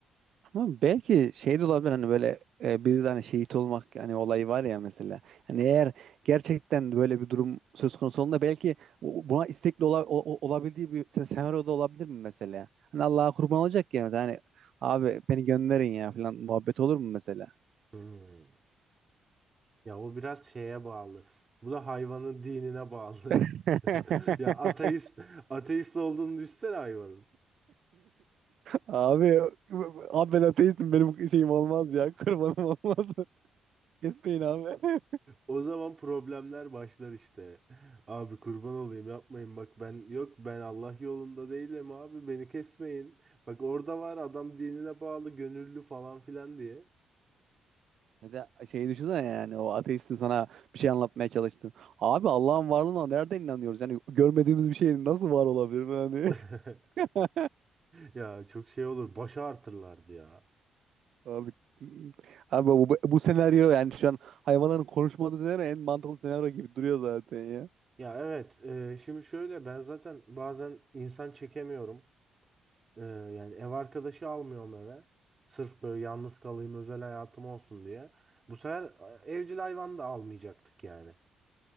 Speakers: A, on the right; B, on the right.
A: Ama belki şey de olabilir hani böyle e, biz hani şehit olmak yani olayı var ya mesela. Hani eğer gerçekten böyle bir durum söz konusu olduğunda belki bu- buna istekli ola- o- o- olabildiği bir se- senaryo da olabilir mi mesela? Hani Allah'a kurban olacak ya mesela hani abi beni gönderin ya falan muhabbet olur mu mesela?
B: Hmm. Ya o biraz şeye bağlı. Bu da hayvanın dinine bağlı.
A: <laughs>
B: <laughs> Ya ateist ateist olduğunu düşünsene hayvanın.
A: Abi abi ben ateistim benim şeyim olmaz
B: <laughs>
A: ya kurbanım olmaz. <laughs> Kesmeyin abi.
B: O zaman problemler başlar işte. Abi kurban olayım yapmayın bak ben yok ben Allah yolunda değilim abi beni kesmeyin. Bak orada var adam dinine bağlı gönüllü falan filan diye.
A: Bir de şeyi düşünsene yani o ateistin sana bir şey anlatmaya çalıştın. Abi Allah'ın varlığına nereden inanıyoruz? Yani görmediğimiz bir şeyin nasıl var olabilir yani?
B: <laughs>
A: <laughs>
B: Ya çok şey olur başa artırlardı ya.
A: Abi abi bu, bu, bu senaryo yani şu an hayvanların konuşmadığı senaryo en mantıklı senaryo gibi duruyor zaten ya.
B: Ya evet e, şimdi şöyle ben zaten bazen insan çekemiyorum. E, yani ev arkadaşı almıyorum eve. Sırf böyle yalnız kalayım özel hayatım olsun diye. Bu sefer e, evcil hayvan da almayacaktık yani.